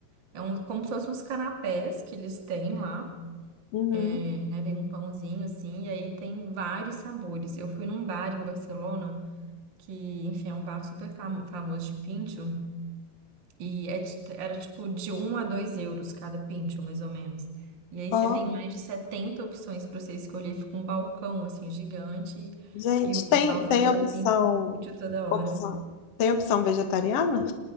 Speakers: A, on the right; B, on the left.
A: É um, como se fossem uns canapés que eles têm lá,
B: Uhum.
A: é, né? Vem um pãozinho assim, e aí tem vários sabores. Eu fui num bar em Barcelona. que, enfim, é um bar super famo- famoso de pincho, e é ti- era tipo de um a 2 euros cada pincho, mais ou menos. E aí
B: Ó,
A: você tem mais de 70 opções para você escolher, fica um balcão, assim, gigante,
B: gente,
A: e o pessoal
B: tem,
A: fazendo
B: tem opção,
A: pin- pincho toda hora.
B: opção. Tem opção vegetariana?